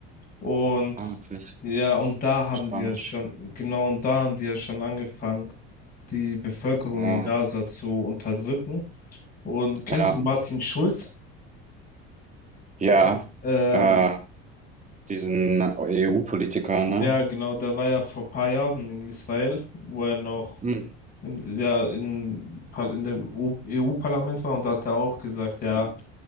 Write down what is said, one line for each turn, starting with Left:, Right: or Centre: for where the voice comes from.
Left: Und
Right: ah, krass,
Left: ja, und da
Right: wusste
Left: haben
Right: ich gar
Left: die ja
Right: nicht.
Left: schon, genau, und da haben die ja schon angefangen, die Bevölkerung
Right: Ja,
Left: in Gaza zu unterdrücken. Und kennst
Right: ja,
Left: du Martin Schulz?
Right: ja,
Left: Ja. Ähm,
Right: äh, diesen EU-Politiker, ne?
Left: ja, genau, der war ja vor paar Jahren in Israel, wo er noch
Right: Hm,
Left: in, ja, in, Par- in dem EU-Parlament war und da hat er auch gesagt, ja,
Right: hm,